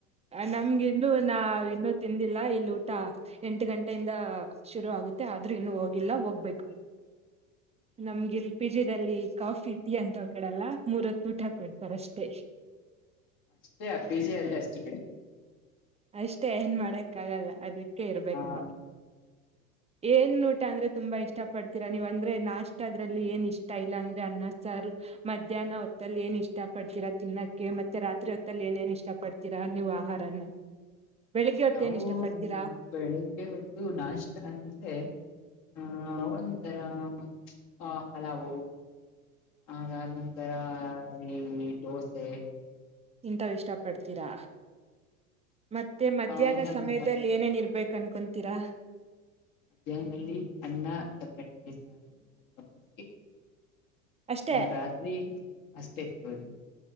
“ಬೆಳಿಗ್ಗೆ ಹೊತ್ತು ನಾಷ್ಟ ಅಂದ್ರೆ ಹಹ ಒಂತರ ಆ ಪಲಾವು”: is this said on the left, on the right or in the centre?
Left